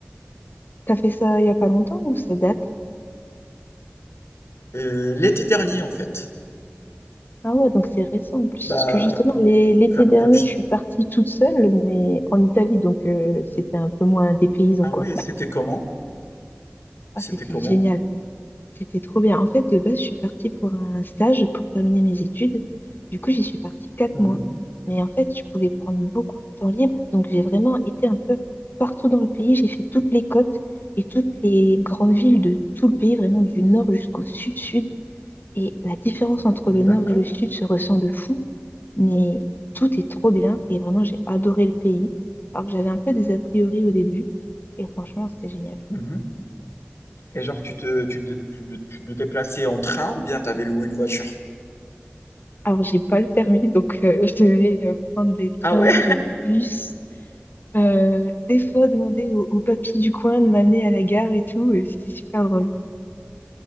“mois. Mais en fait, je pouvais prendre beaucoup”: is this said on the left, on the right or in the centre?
Left